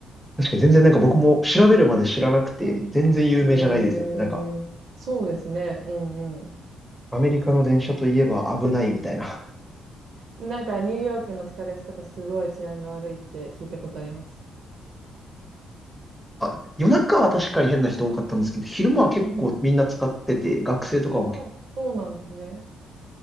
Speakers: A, in the centre; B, on the right.
A: 確かに全然なんか僕も調べるまで知らなくて、
B: うんうん。
A: 全然有名じゃないですよね。なんか、
B: へえ。そうですね。うんうん。
A: アメリカの電車といえば危ないみたいな。
B: なんかニューヨークの地下鉄とかすごい治安が悪いって聞いたことあります。
A: あ、夜中は確かに変な人多かったんですけど、昼間は結構みんな使ってて、
B: うんうん。
A: 学生とかも
B: そう、そうなんですね。